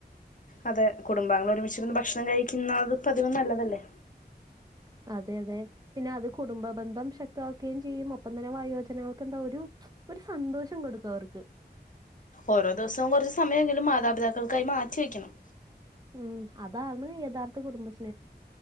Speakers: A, on the left; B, on the right.
A: അതെ കുടുംബാംഗങ്ങൾ ഒരുമിച്ചിരുന്ന് ഭക്ഷണം കഴിക്കുന്ന പതിവും നല്ലതല്ലേ
B: അതെ അതെ പിന്നെ അത് കുടുംബ ബന്ധം ശക്തവാക്കുകയും ചെയ്യും ഒപ്പം തന്നെ വായോജനകൾക്ക് എന്താ ഒരു ഒരു സന്തോഷം കൊടുക്കും അവർക്ക്
A: ഓരോ ദിവസവും കുറച്ച് സമയം എങ്കിലും മാതാപിതാക്കൾക്കായി മാറ്റി വെക്കണം
B: ഉം അതാണ് യഥാർത്ഥ കുടുംബം